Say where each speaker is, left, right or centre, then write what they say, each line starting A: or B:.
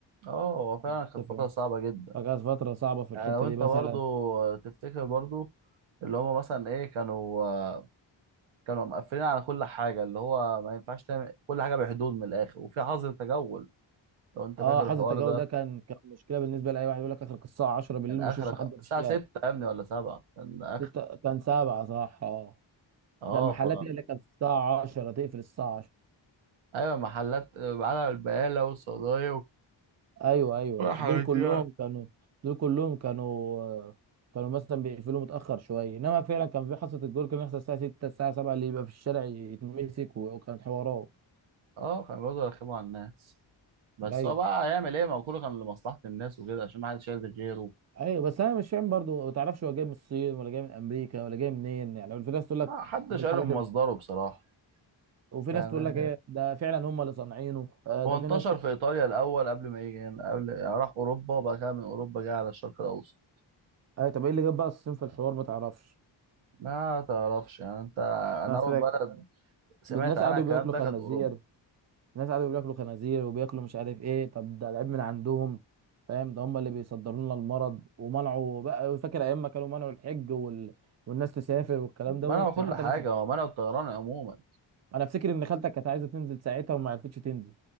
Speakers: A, on the right (about 90°); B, on the right (about 35°).
A: أه هو فعلا
B: متفق
A: كانت فترة صعبة جدا
B: فكانت فترة صعبة في الحتة
A: يعني لو
B: دي
A: أنت
B: مثلا
A: برضو آه، تفتكر برضو اللي هما مثلا إيه كانوا آه، كانوا مقفلين على كل حاجة اللي هو ما ينفعش تعمل كل حاجة بحدود من الآخر وفي حظر تجول لو أنت
B: اه
A: فاكر
B: حظر
A: الحوار
B: التجاوز
A: ده
B: ده كان كان مشكلة بالنستة لأي واحد يقول لك آخر الساعة 10 بالليل
A: كان اخرك
B: ما أشوفش حد في
A: الساعه
B: الشارع
A: 6 يا ابني ولا 7 كان اخر
B: ستة كان سبعة صح اه
A: اه
B: ده المحلات
A: ف
B: هي اللي كانت الساعة 10 تقفل الساعة 10
A: ايوه محلات على البقاله والصيدليه
B: ايوه ايوه
A: والحاجات
B: ايوه دول كلهم
A: دي يعني.
B: كانوا دول كلهم كانوا كانوا مثلا بيقفلوا متأخر شوية انما فعلا كان في حصة الجول كان يحصل الساعة 6 الساعة 7 اللي يبقى في الشارع يتمسك و- وكان حوارات
A: اه كانوا بيقعدوا يرخموا على الناس بس
B: ايوه
A: هو بقى هيعمل ايه ما هو كله كان لمصلحه الناس وكده عشان ما حدش شايل غيره
B: ايوه بس انا مش فاهم برضو ما تعرفش هو جاي من الصين ولا جاي من امريكا ولا جاي منين يعني في ناس تقول
A: ما
B: لك
A: حدش
B: من
A: عارف
B: الحاجات
A: مصدره
B: ال-
A: بصراحه
B: وفي
A: يعني
B: ناس تقول لك ايه ده فعلا هم اللي صانعينه آه،
A: هو
B: ده
A: انتشر
B: في ناس تقول
A: في
B: لك
A: ايطاليا الاول قبل ما يجي هنا قبل يعني راح اوروبا وبعد كده من اوروبا جه على الشرق الاوسط
B: آه، طب ايه اللي جاب بقى الصين في الحوار ما تعرفش
A: ما تعرفش يعني انت انا
B: ناس
A: اول بلد سمعت
B: الناس
A: عنها
B: قعدوا
A: الكلام
B: بياكلوا
A: ده
B: خنازير
A: كانت اوروبا
B: الناس قعدوا بياكلوا خنازير وبياكلوا مش عارف ايه طب ده العيب من عندهم فاهم ده هم اللي بيصدروا لنا المرض ومنعوا بقى فاكر ايام ما كانوا منعوا الحج وال... والناس تسافر والكلام
A: منعوا
B: دوت
A: كل
B: يعني حتى
A: حاجه
B: ناس
A: هو منعوا الطيران عموما
B: انا افتكر ان خالتك كانت عايزه تنزل ساعتها وما عرفتش تنزل